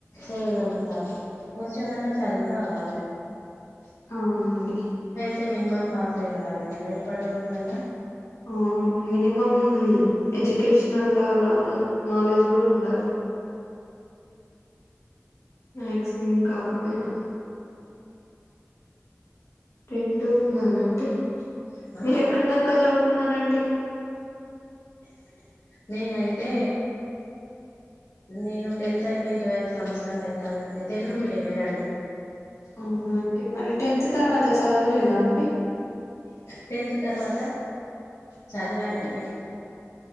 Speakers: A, on the left (about 85°); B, on the left (about 75°).
A: చేయగలుగుతారు కొంచమైనా చదువు రావాలె <unintelligible>
B: అవునండి
A: టే మినిమం పాస్సయ్ ఉండాలి గదా ఇప్పటి రోజుళ్ళల్ల
B: అవును మినిమం ఎడ్యుకేషనల్ లాల్ల్ ల్లాల్లే నాలెడ్జ్ గూడా ఉండాలె మెక్సిమం కాకపోయిన రెండు ఉండాలండి
A: ఆ
B: మీరు ఎక్కడ దాకా జవ్కున్నార డి
A: నేను అయితే నేను టెన్త్ అయిపోయి ఇరవై ఐదు సంవత్సరాలు అయితాదండి తెలుగు మీడియమేనండి
B: అవున అండి మరి టెన్త్ తర్వాత చదవలేద అండి
A: టెన్త్ తర్వాత చదివానండి